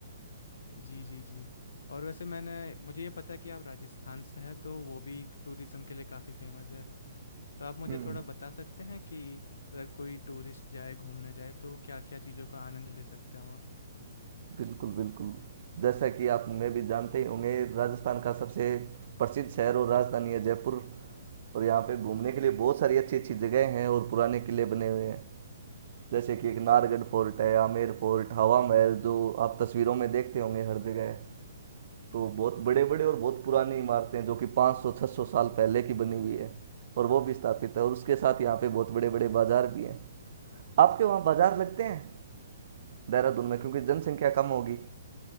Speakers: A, on the left (about 75°); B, on the right (about 55°).
A: जी जी जी और वैसे मैंने मुझे ये पता है कि आप राजस्थान से हैं तो वो भी टूरिज़्म के लिए काफ़ी फेमस है तो आप मुझे
B: हम्म
A: थोड़ा बता सकते हैं कि अगर कोई टूरिस्ट जाए घूमने जाए तो क्या क्या चीज़ों का आनंद ले सकते हैं वहाँ
B: बिल्कुल बिल्कुल जैसा कि आप मैं भी जानते ही होंगे राजस्थान का सबसे प्रसिद्ध शहर और राजधानी है जयपुर और यहाँ पे घूमने के लिए बहुत सारी अच्छी अच्छी जगह हैं और पुराने किले बने हुए हैं जैसे कि एक नारगढ़ फोर्ट है आमेर फोर्ट हवा महल जो आप तस्वीरों में देखते होंगे हर जगह तो बहुत बड़े बड़े और बहुत पुरानी इमारतें जो कि 500-600 साल पहले की बनी हुई है और वो भी स्थापित है और उसके साथ यहाँ पे बहुत बड़े बड़े बाजार भी हैं आपके वहाँ बाजार लगते हैं देहरादून में क्योंकि जनसंख्या कम होगी